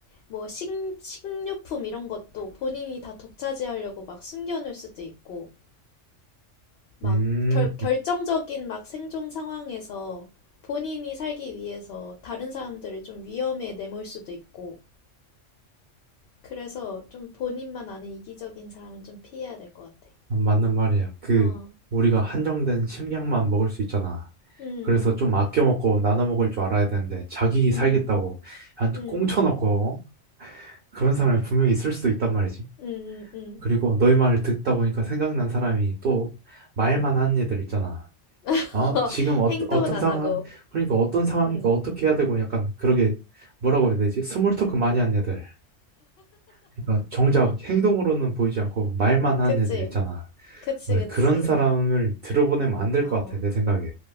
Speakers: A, on the left (about 60°); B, on the right (about 55°).
A: 뭐 식, 식료품 이런 것도 본인이 다 독차지하려고 막 숨겨놓을 수도 있고, 막
B: 음,
A: 결, 결정적인 막 생존 상황에서 본인이 살기 위해서 다른 사람들을 좀 위험에 내몰 수도 있고, 그래서 좀 본인만 아는 이기적인 사람은 좀 피해야 될 것 같아.
B: 맞는 말이야. 그,
A: 어,
B: 우리가 한정된 식량만 먹을 수 있잖아.
A: 음,
B: 그래서 좀 아껴 먹고 나눠 먹을 줄 알아야 되는데, 자기
A: 음,
B: 살겠다고, 한테
A: 음,
B: 꽁쳐놓고, 어? 그런 사람이 분명히 있을 수도 있단 말이지.
A: 음, 음, 음.
B: 그리고 너희 말을 듣다 보니까 생각난 사람이 또 말만 하는 애들 있잖아.
A: <laughs>
B: 어, 지금 어,
A: 행동은
B: 어떤
A: 안
B: 상황,
A: 하고,
B: 그러니까 어떤 상황이니까
A: 음,
B: 어떻게 해야 되고 약간 그러게, 뭐라고 해야 되지? 스몰 토크 많이 하는 애들. 그러니까 정작 행동으로는 보이지 않고 말만 하는
A: 그치,
B: 애들 있잖아.
A: 그치,
B: 아,
A: 그치.
B: 그런 사람을 들어보내면 안 될
A: 어.
B: 것 같아, 내 생각에.